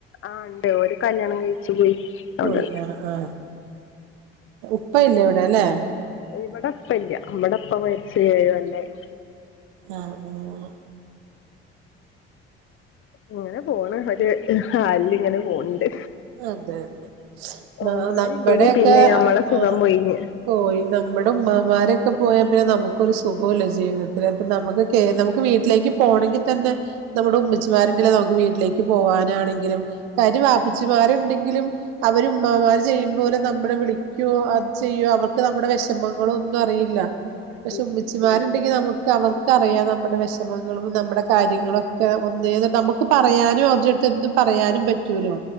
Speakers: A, on the left (about 45°); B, on the right (about 80°).
A: ആഹ് ണ്ട് ഓര് കല്യാണം കഴിച്ച് പോയി അവിടെ
B: പോയി ആഹ് ആഹ് ഉപ്പ ഇല്ലേ ഇവിടെ ല്ലേ
A: ഇവിടെ ഇപ്പ ല്ലാ ഇവിടെ ഇപ്പ മരിച്ച് ഏഴ് കൊല്ലായി
B: ആഹ് ഓഹ്
A: ഇങ്ങനെ പോണ് ഒര് ഹാല് ല് ഇങ്ങനെ പോണ് ണ്ട്
B: അതെ അതെ ന
A: ഉമ്മാരില്ലെങ്കി
B: നമ്മുടെ ഒക്കെ
A: പിന്നെ ഞമ്മളെ
B: അ
A: സുഖം
B: ആഹ്
A: പോയിഞ്ഞ്
B: പോയി നമ്മുടെ ഉമ്മാ മാ രൊക്കെ പോയാ പിന്നേ നമുക്കൊരു സുഗോ ഇല്ല ജീവിതത്തില് അപ്പം നമുക്ക് കേ നമുക്ക് വീട്ടിലേക്ക് പോണങ്കി തന്നെ നമ്മുടെ ഉമ്മച്ചിമാരുണ്ടല്ലോ നമുക്ക് വീട്ടിലേക്ക് പോകാനാണെങ്കിലും കാര്യ വാപ്പച്ചിമാരുണ്ടെങ്കിലും അവര് ഉമ്മാ മാര് ചെയ്യും പോലെ നമ്മളെ വിളിക്കോ അത് ചെയ്യോ അവർക്ക് നമ്മുടെ വിഷമങ്ങളോ ഒന്നും അറിയില്ല
A: <inaudible>
B: പക്ഷെ ഉമ്മച്ചിമാര്‌ ണ്ടങ്കി നമുക്ക് അവർക്കറിയാം നമ്മുടെ വിഷമങ്ങളും നമ്മുടെ കാര്യങ്ങളും ഒക്കെ ഒന്നേ ന്ന് നമുക്ക് പറയാനും അവരെടുത്ത് എന്തും പറയാനും പറ്റൂലോ